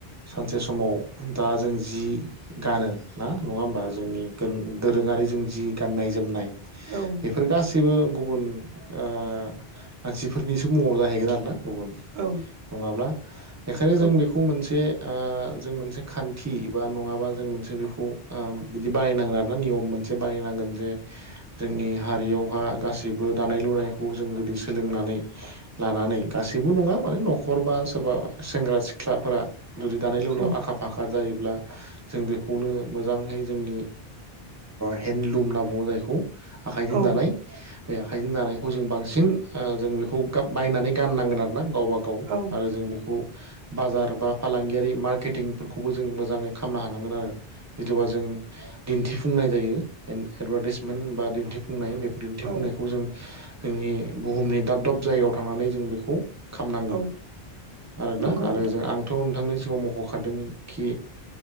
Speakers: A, on the right; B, on the right.
A: सानसे समाव दा जों जि गानो ना नङा होमबा जोंनि दोरोङारिजों जि गान्नाय जोमनाय
B: औ
A: बेफोर गासैबो गुबुन मानसिफोरनिसो मुङाव जाहैगोन आरोना गुबुन
B: औ
A: नङाब्ला बेखायनो जों
B: औ
A: बेखौ मोनसे जों मोनसे खान्थि बा नङाबा जों मोनसे बेखौ बिदि बानायनांग्रा ना नियम मोन बाहायनांगोन जे जोंनि हारियावहा गासैबो दानाय लुनायखौ जों जुदि सोलोंनानै लानानै गासैबो नङा माने न'खर बा सोरबा सेंग्रा सिख्लाफोरा जुदि दानाय लुनायाव
B: औ
A: आखा फाखा जायो ब्ला जों बेखौनो मोजाङै जोंनि हेन्दलुम होनना बुङो जायखौ आखाइजों
B: औ
A: दानाय बे आखाइजों दानायखौ जों बां सिन जों बेखौ बायनानै गाननांगोन आरो ना गावबा गाव
B: औ
A: आरो जों बेखौ बाजार बा फालांगियारि मार्केटिंफोरखौबो जों मोजाङै खालामनो हानांगोन आरो। जिथबा जों दिन्थिफुंनाय जायो एडभार्टाइसमेन्ट बा दिन्थिफुंनाय बे दिन्थिफुंनायखौ
B: औ
A: जों जोंनि बुहुमनि दाब दाब जायगायाव थांनानै जों बेखौ खामनांगोन
B: औ
A: आरोना
B: नंगौ
A: आरो
B: नोंथां
A: जों आंथ' नोंथांनि सिगाङाव मख'खादों खि